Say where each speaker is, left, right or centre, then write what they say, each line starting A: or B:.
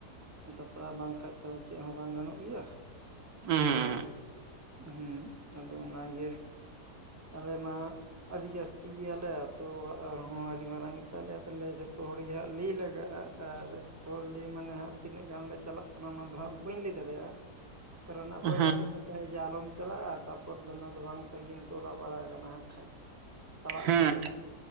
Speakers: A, on the right (about 20°); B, on the right (about 65°).
A: ᱟᱨ ᱥᱟᱯᱲᱟᱣ ᱵᱟᱝᱠᱷᱟᱱᱡ ᱛᱚ ᱪᱮᱫ ᱦᱚ ᱵᱟᱝ ᱜᱟᱱᱚᱜ ᱜᱮᱭᱟ
B: ᱦᱩᱸ
A: ᱟᱫᱚ ᱦᱩ ᱟᱫᱚ ᱚᱱᱟᱜᱮ ᱟᱞᱮ ᱢᱟ ᱟᱹᱰᱤ ᱡᱟᱹᱥᱛᱤ ᱜᱮᱭᱟᱞᱮ ᱟᱛᱳ ᱚᱲᱟᱜ ᱦᱚ‌ ᱟᱹᱰᱤ ᱢᱟᱨᱟᱝ ᱜᱮᱛᱟᱞᱮᱭᱟ ᱛᱟᱞᱮ ᱡᱷᱚᱛᱚ ᱦᱚᱲᱜᱮ ᱦᱟᱜ ᱞᱟᱹᱭ ᱞᱟᱜᱟᱜ-ᱟ᱾ ᱟᱨ ᱡᱚᱛᱚ ᱦᱚᱲ ᱞᱟᱹᱭ ᱢᱟᱱᱮ ᱦᱟᱜ ᱛᱤᱱᱟᱹᱜ ᱜᱟᱱ ᱞᱮ ᱪᱟᱞᱟᱜ ᱠᱟᱱᱟ ᱚᱱᱟ ᱫᱚ ᱦᱟᱜ ᱵᱟᱹᱧ ᱞᱟᱹᱭ ᱫᱟᱲᱮᱭᱟᱜ-ᱟ ᱠᱟᱨᱚᱱ ᱚᱱᱟ ᱚᱠᱚᱭᱴᱟᱜ
B: ᱦᱩᱸ
A: ᱫᱚ ᱢᱮᱛᱟᱭ ᱡᱮ ᱟᱞᱚᱢ ᱪᱟᱞᱟᱜ-ᱟ ᱛᱟᱨᱯᱚᱨ ᱫᱚ ᱚᱱᱟ ᱫᱚ ᱵᱟᱝ ᱥᱟᱺᱜᱤᱧᱟ ᱴᱚᱞᱟ ᱯᱟᱲᱟ ᱟᱠᱟᱱᱟ ᱦᱟᱜ ᱠᱷᱟᱡ ᱪᱟᱞᱟᱜ
B: ᱦᱩᱸ
A: ᱜᱮᱭᱟ ᱠᱚ